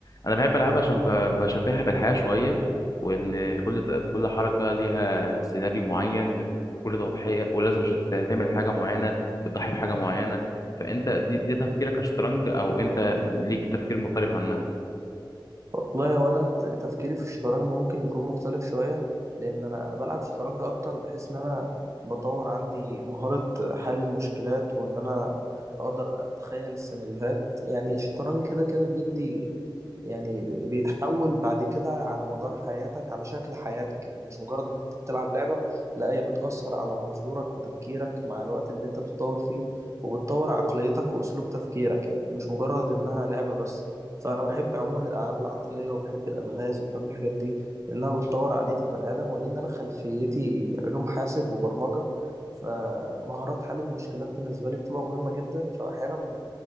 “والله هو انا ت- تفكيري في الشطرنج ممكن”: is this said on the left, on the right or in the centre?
Right